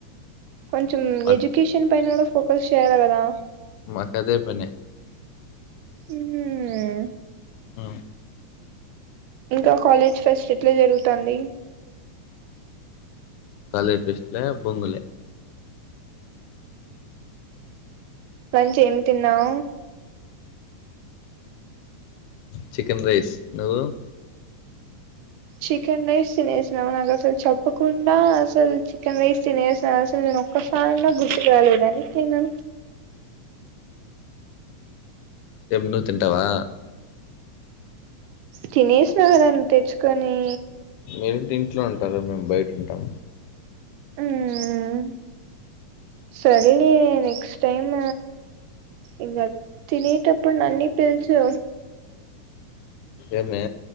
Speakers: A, on the right; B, on the left.
A: కొంచెం
B: మాక్
A: ఎడ్యుకేషన్ పైన కూడా ఫోకస్ చేయాలా కదా
B: మాకాదే పనే
A: మ్మ్
B: ఆ
A: ఇంకా కాలేజ్ ఫెస్ట్ ఎట్లా జరుగుతాంది
B: కాలే ఫెస్ట్ల బొంగలే
A: మంచి ఏం తిన్నావు
B: చికెన్ రైస్ నువ్వు
A: చికెన్ రైస్ తినేసినాము నాకు అసలు చెప్పకుండా, అసలు చికెన్ రైస్ తినేసినాం అసలు నేను ఒక్కసారినా గుర్తు రాలేద నీకు నేను
B: ఏం నువు తింటావా
A: తినేసినావు కదాం తెచ్చుకొని
B: మీరే ఇంట్లో ఉంటారు మేము బయట ఉంటాము
A: మ్ సరేలే నెక్స్ట్ టైమ్ ఇక తినేటప్పుడు నన్ని పిలుచ్చు
B: ఏమే